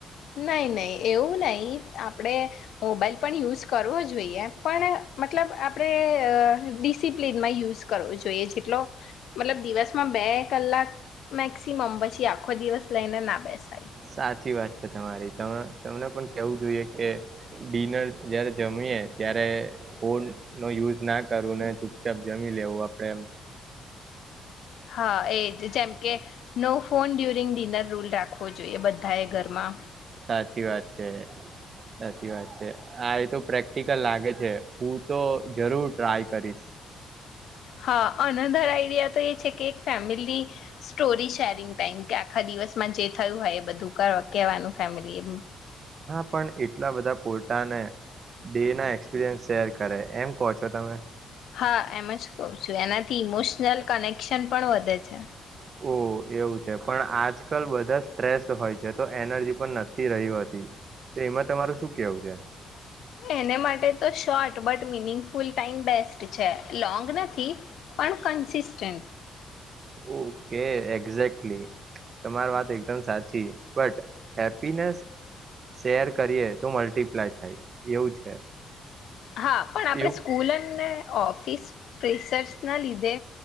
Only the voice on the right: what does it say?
સાચી વાત છે તમા તમને પણ કેવું જોઈએ કે ડિનર જયારે જમીયએ ત્યારે ફોન નો યુઝ ના કરું ને. ચુપચાપ જમી લેવું આપડે એમ
સાચી વાત છે સાચી વાત છે આ એ તો પ્રેક્ટિકલ લાગે છે હું તો જરૂર ટ્રાય કરીશ.
પણ એટલા બધા પોલટાને ડે ના એક્સપિરયન્સ શેર કરે એમ કહો છો તમે.
ઓહ એવું છે પણ આજકાલ બધા સ્ટ્રેસ હોય છે તો એનર્જી પણ નથી રહી હતી તો એમાં તમારું શું કેવું છે?
ઓકે એક્ઝેકલી તમારી વાત એકદમ સાચી બટ હેપીનેસ શેર કરીએ તો મલ્ટિપ્લાય થાય એવું છે.
એવું